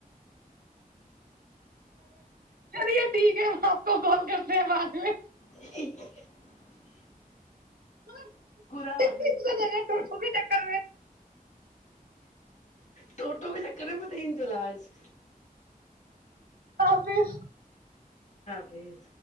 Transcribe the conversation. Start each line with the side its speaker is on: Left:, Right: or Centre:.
Right: چلیے ٹھیک ہے آپ کو کال کرتے ہیں بعد میں
Left: ا
Right: لاب
Left: حافظ
Right: تک کلو
Left: ٹوٹو کے چکر میں پت ہی جلاج
Right: آفظ
Left: تریز